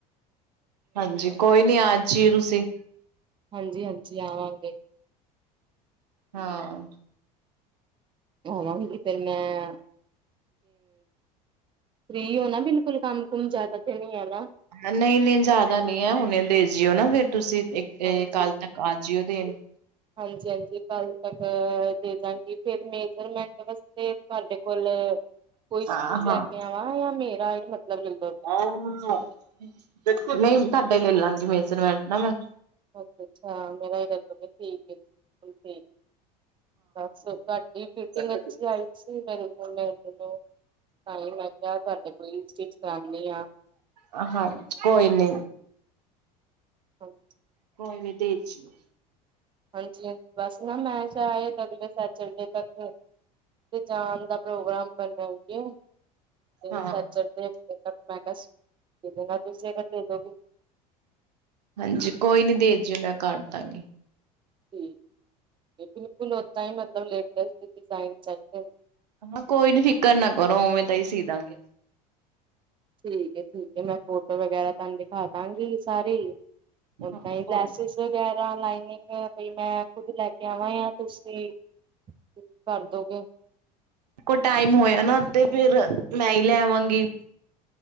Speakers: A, on the right; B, on the right.
A: ਹਾਂਜੀ ਕੋਈ ਨੀ ਆ ਜੀਓ ਤੁਸੀਂ।
B: ਹਾਂਜੀ- ਹਾਂਜੀ ਆਵਾਂਗੇ।
A: ਹਾਂ।
B: ਆਵਾਂਗੀ ਜੀ ਤੇ ਮੈਂ ਫਰੀ ਹੋ ਨਾ ਬਿਲਕੁਲ ਕੰਮ ਕੁਮ ਜ਼ਿਆਦਾ ਤੇ ਨੀ ਹੈ। ਨਾ
A: ਨਹੀਂ- ਨਹੀਂ ਜ਼ਿਆਦਾ ਨੀ ਹੈ ਹੁਣ ਦੇਜੀਓ ਨਾ ਫੇ਼ਰ ਤੁਸੀਂ
B: ਹਾਂਜੀ
A: ਕੱਲ੍ਹ ਤੱਕ। ਆ ਜੀਓ ਦੇਣ।
B: ਹਾਂਜੀ- ਹਾਂਜੀ ਕੱਲ੍ਹ ਤੱਕ ਦੇਜਾਂਗੀ ਫ਼ਿਰ ਮੇਜਰਮੈਂਟ ਬਸ ਤੇ ਤੁਹਾਡੇ ਕੋਲ ਕੋਈ ਸੂਟ
A: ਹਾਂ ਹਾਂ
B: ਲੈ ਕੇ ਆਵਾਂ ਜਾਂ ਮੇਰਾ ਈ ਮਤਲਬ ਲੈਲੋ
A: ਆਓ ਨਾ ਦੇਖੋਂ, ਨਹੀਂ ਤੁਹਾਡਾ ਹੀ ਲੈ ਲਾਂਗੀ ਮੇਜਰਮੈਂਟ ਨਾ ਮੈਂ।
B: ਅੱਛਾ ਅੱਛਾ ਮੇਰਾ ਇਹ ਠੀਕ ਹੈ ਜੀ। ਬਸ ਫ਼ਰ ਭੈਣਜੀ ਫਿਟਿੰਗ
A: ਹਾਂ
B: ਅੱਛੀ ਆਈ। ਮੇਰੇ ਕੋਲ ਮੈਨ ਟਾਈਮ ਹੈਗਾ ਤੁਹਾਡੇ ਕੋਲ ਈ ਸਟਿਚ ਕਰਨੀ ਆ।
A: ਆ ਹਾਂ ਕੋਈ ਨੀ
B: ਹਜੀ
A: ਕੋਈ ਨ੍ਹੀ ਦੇ ਜੀ ਓ
B: ਹਾਂਜੀ ਹਾਂਜੀ ਬਸ ਮੈਂ ਨਾ ਫ਼ਾਇਦਾ ਆ ਅਗਲੇ ਸੈਂਚਡੇ ਤੱਕ ਤੇ ਜਾਣ ਦਾ ਪ੍ਰੋਗਰਾਮ ਕਰਨਗੇ ਤੇ
A: ਹਾਂ
B: ਸੈਂਚਡੇ ਮੈਂ ਕਿਹਾ ਦੇ ਦੇ ਤੁਸੀਂ <unintelligible>
A: ਹਾਂਜੀ ਕੋਈ ਨੀ ਦੇ ਜੀ ਓ ਮੈਂ ਕਰ ਦਾਂਗੀ।
B: ਠੀਕ ਤੇ ਬਿਲਕੁਲ ਓਦਾ ਹੀ ਮਤਲਬ ਲੇਟੈਸਟ ਡਿਜ਼ਾਈਨ ਚਾਹੀਦੇ ਨੇ।
A: ਹਾਂ ਕੋਈ ਨੀ ਫ਼ਿਕਰ ਨਾ ਕਰੋ ਉਵੇਂ ਤਾਂ ਹੀ ਸੀ ਦਾਂਗੀ।
B: ਠੀਕ ਏ ਠੀਕ ਹੈ ਮੈਂ ਫੋਟੋ ਵਗੈਰਾ ਤੁਹਾਨੂੰ ਦਿਖਾ ਦਾਂਗੀ ਸਾਰੀ ਓਦਾਂ
A: ਹਾਂ ਕੋਈ
B: ਲੈੱਸਜ ਵਗੈਰਾ ਲਾਈਨਿੰਗ ਮੈਂ ਖੁਦ ਲੈ ਕੇ ਆਵਾਂ ਜਾਂ ਤੁਸੀਂ ਕਰ ਦੋਗੇ।
A: ਕੋ ਟਾਈਮ ਹੋਇਆਂ ਨਾ ਤੇ ਫਿਰ ਮੈਂ ਹੀ ਲੈ ਆਵਾਂਗੀ।